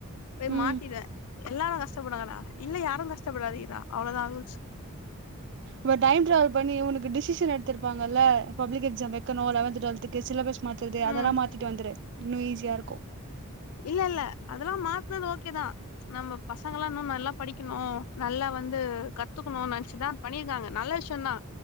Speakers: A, on the left; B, on the right.
A: போய்
B: ம்
A: மாத்திடுவே எல்லாரு கஷ்டப்படுங்கடா இன்னு யாரு கஷ்டப்படாதீங்கடா அவ்ளோதா ரூல்ஸ்
B: ஒரு டைம் டிராவல் பண்ணி உனக்கு டிசிஷன் எடுத்துருப்பாங்கல்ல பப்ளிக் எக்ஸாம் வெக்கனு லெவன்த்து டுவெல்த்துக்கு சிலபஸ் மாத்துறது அதெல்லா
A: ம்
B: மாத்திட்டு வந்துரு இன்னு ஈஸியாருக்கு
A: இல்லல்ல அதெல்லா மாத்துனது ஓகேதா நம்ம பசங்கள்லா இன்னு நல்லா படிக்கணு நல்லா வந்து கத்துக்கணு நெனச்சுதா பண்ணிருக்காங்க நல்ல விஷயோந்தா